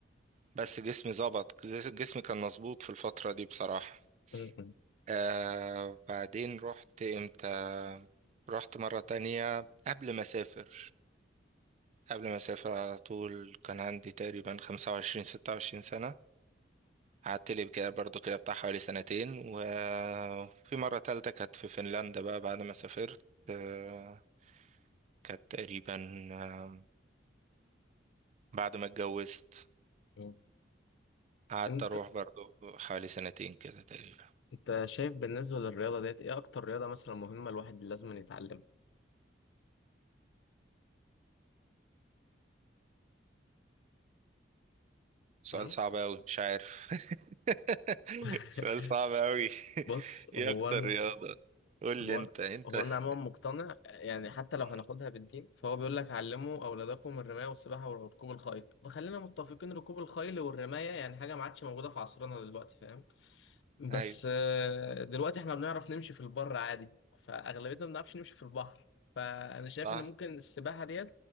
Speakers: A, on the right; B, on the left.
A: بس جسمي ظبط جس- جسمي كان مظبوط في الفترة دي بصراحة
B: مم.
A: آه بعدين رحت امتى رحت مرة تانية قبل ما اسافر قبل ما اسافر على طول كان عندي تقريبا خمسة وعشرين ستة وعشرين سنة قعدت لي كده برضو كده بتاع حوالي سنتين وفي مرة تالتة كانت في فنلندا بقى بعد ما سافرت آه، كانت تقريبا آه، بعد ما اتجوزت
B: مم.
A: قعدت
B: انت
A: اروح برضو حوالي سنتين كده تقريبا
B: انت شايف بالنسبة للرياضة ديت ايه اكتر رياضة مثلا مهمة الواحد لازم يتعلمها
A: سؤال
B: مم؟
A: صعب اوي مش عارف <laughs>
B: <laughs>
A: سؤال صعب اوي
B: بص
A: <laughs> ايه
B: هو
A: اكتر
B: انا
A: رياضة قول لي
B: هو
A: انت انت
B: هو انا
A: <laughs>
B: عموما مقتنع يعني حتى
A: مهم.
B: لو هناخدها بالدين فهو بيقول لك علموا اولادكم الرماية والسباحة وركوب الخيل فخلينا متفقين ركوب الخيل والرماية يعني حاجة ما عادش موجودة في عصرنا دلوقتي فاهم بس
A: ايوه
B: آه، دلوقتي احنا بنعرف نمشي في البر عادي فاغلبيتنا ما بنعرفش نمشي في البحر فانا شايف
A: صح
B: ان ممكن السباحة ديت